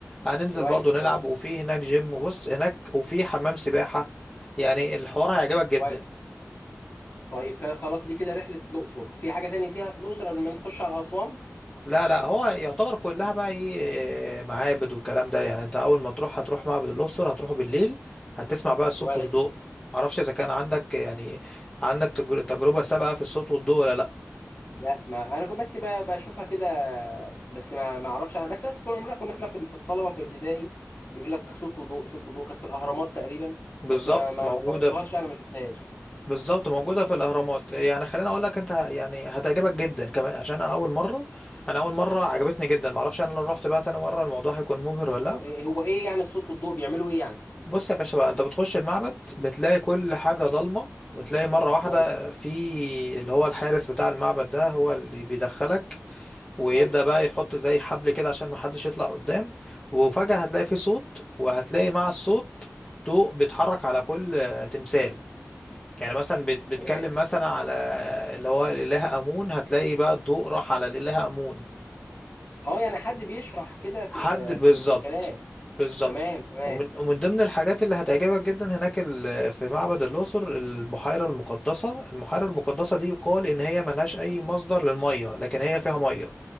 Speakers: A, on the left (about 15°); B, on the left (about 35°).
A: هننزل
B: كويس
A: برضو نلعب
B: كويس
A: وفي هناك جيم وبص هناك وفي حمام سباحة يعني الحوار هيعجبك جدا
B: كويس طيب كده خلاص دي كده رحله الاقصر في حاجه تانية فيها في الاقصر قبل ما نخش على اسوان
A: لا لا هو يعتبر كلها بقى ايه آه، معابد والكلام ده يعني انت اول ما تروح هتروح معبد الاقصر هتروحه بالليل هتسمع بقى الصوت
B: كويس
A: والضوء معرفش اذا كان عندك يعني عندك تجر- تجربة سابقة في الصوت والضوء ولا لا
B: لا ما انا كنت بس ب- بشوفها كده بس ما ما اعرفش انا بس أصل طول عمرنا كنا احنا في في الطلبه في ابتدائي يقول لك صوت وضوء صوت وضوء كانت في الاهرامات تقريبا
A: بالظبط
B: بس ما ما
A: موجودة
B: ما جربتهاش
A: في
B: يعني ما شفتهاش
A: بالظبط موجودة في الأهرامات يعني خليني أقول لك أنت ه- يعني هتعجبك جدا كمان عشان أنا أول مرة أنا أول مرة عجبتني جدا معرفش أنا لو رحت بقى تاني مرة الموضوع هيكون مبهر ولا لأ
B: طب إيه هو ايه يعني الصوت والضوء بيعملوا ايه يعني
A: بص يا باشا بقى انت بتخش المعبد بتلاقي كل حاجة ضلمة وتلاقي مرة واحدة
B: كويس
A: في اللي هو الحارس بتاع المعبد ده هو اللي بيدخلك ويبدأ
B: كويس
A: بقى يحط زي حبل كده عشان محدش يطلع قدام وفجأة هتلاقي في صوت وهتلاقي مع الصوت ضوء بيتحرك على كل تمثال يعني مثلا بت- بتكلم
B: تمام
A: مثلا على اللي هو الإله آمون هتلاقي بقى الضوء راح على الإله آمون
B: اه يعني حد بيشرح كده في
A: حد
B: ال-
A: بالظبط
B: في الكلام
A: بالظبط
B: تمام تمام
A: ومن ومن ضمن الحاجات اللي هتعجبك جدا هناك ال- في معبد الأقصر البحيرة المقدسة البحيرة المقدسة دي يقال إن هي ملهاش أي مصدر للمية لكن هي فيها مية